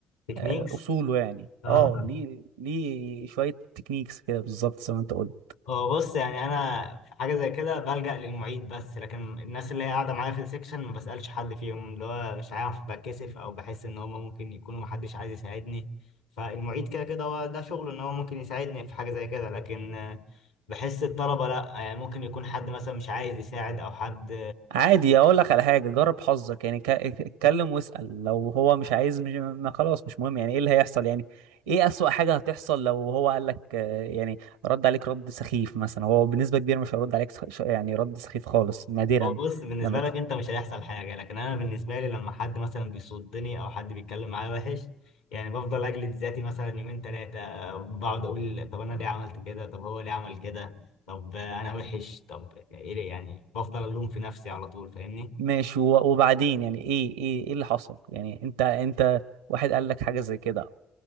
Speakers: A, on the left; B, on the right.
A: تكنيكس
B: آه، اصوله يعني
A: اه
B: اه ليه ليه شوية تكنيكس كده بالظبط زي ما انت قلت
A: هو بص يعني انا في حاجه زي كده بلجأ للمعيد بس لكن الناس اللي هي قاعده معايا في السكشن ما بسألش حد فيهم اللي هو مش عارف بتكسف او بحس ان هم ممكن يكونوا محدش عايز يساعدني فالمعيد كده كده هو ده شغله ان هو ممكن يساعدني في حاجه زي كده لكن آه، بحس الطلبه لا يعني ممكن يكون حد مثلا مش عايز يساعد او حد
B: عادي اقول لك على حاجه جرب حظك يعني ك- اتكلم واسال لو هو مش عايز مش ما خلاص مش مهم يعني ايه اللي هيحصل يعني ايه اسوأ حاجه هتحصل لو هو قال لك آه، يعني رد عليك رد سخيف مثلا هو بنسبه كبيره مش هيرد عليك سخ- ش- يعني رد سخيف خالص نادرا
A: هو بص بالنسبة
B: لما ت-
A: لك أنت مش هيحصل حاجة لكن أنا بالنسبة لي لما حد مثلا بيصدني أو حد بيتكلم معايا وحش يعني بفضل أجلد ذاتي مثلا يومين تلاتة بقعد أقول طب أنا ليه عملت كده طب هو ليه عمل كده طب أنا وحش طب إيه ده؟ يعني بفضل ألوم في نفسي على طول فاهمني
B: ماشي و- وبعدين يعني ايه ايه ايه اللي حصل يعني انت انت واحد قال لك حاجه زي كده